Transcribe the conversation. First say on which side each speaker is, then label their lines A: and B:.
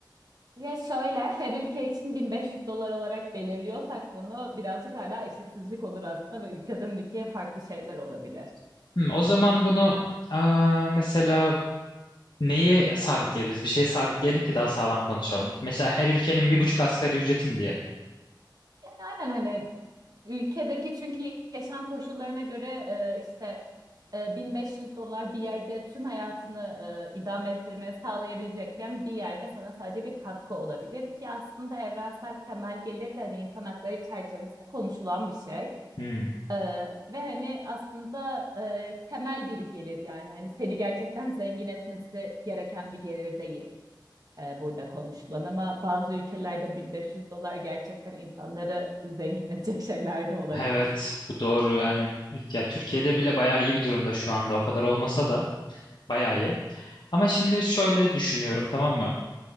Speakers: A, on the right; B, on the left.
A: Ya şöyle her ülke için 1500 dolar olarak belirliyorsak bunu birazcık hala eşitsizlik olur aslında ve ülkeden ülkeye farklı şeyler olabilir.
B: Hmm, o zaman bunu aa, mesela neye sabitleyebiliriz? Bir şeye sabitleyelim ki daha sağlam konuşalım. Mesela her ülkenin bir buçuk asgari ücreti mi diyelim?
A: Aynen hani ülkedeki çünkü yaşam koşullarına göre e, işte e, 1500 dolar bir yerde tüm hayatını e, idame ettirmeye sağlayabilecekken bir yerde sana sadece bir katkı olabilir ki aslında evrensel temel gelir de hani insan hakları çerçevesinde konuşulan bir şey.
B: Hmm.
A: E, ve hani aslında e, temel bir gelir yani hani seni gerçekten zengin etmesi gereken bir gelir değil e, burada konuşulan ama bazı ülkelerde 1500 dolar gerçekten insanları zengin edecek şeyler de olabilir.
B: Evet, bu doğru. Yani ya Türkiye'de bile bayağı iyi bir durumda şu anda. O kadar olmasa da bayağı iyi. Ama şimdi şöyle düşünüyorum, tamam mı?